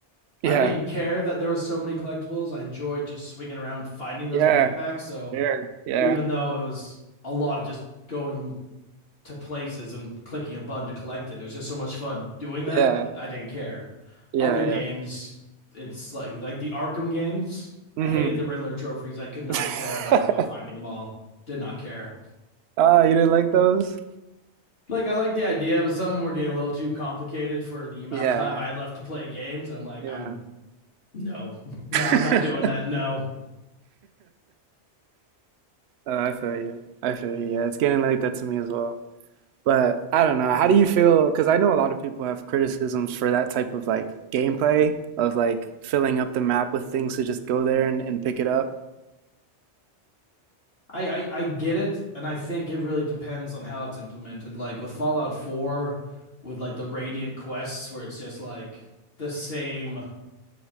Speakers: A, on the right; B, on the left.
A: Yeah,
B: I didn't care that there was so many collectibles. I enjoyed just swinging around finding those
A: yeah,
B: backpacks. So
A: there, yeah,
B: even though it was a lot of just going to places and clicking a button to collect it. It was just so much fun doing that
A: yeah,
B: that I didn't care.
A: yeah,
B: Other games,
A: yeah.
B: it's like like the Arkham games.
A: hmm
B: I hated the Riddler trophies. I could not
A: <laughs>
B: care enough about finding them all. Did not care.
A: Ah, you didn't like those?
B: Like I like the idea, but some of them were getting a little too complicated for the amount
A: Yeah,
B: of time I had left to play games. I'm like,
A: yeah.
B: I'm no, <laughs> no,
A: <laughs>
B: I'm not doing that. No.
A: Uh, I feel you. I feel you. Yeah, it's getting like that to me as well. But I don't know. How do you feel? Because I know a lot of people have criticisms for that type of like gameplay of like filling up the map with things to just go there and, and pick it up.
B: I, I I get it, and I think it really depends on how it's implemented. Like with Fallout 4, with like the Radiant quests, where it's just like the same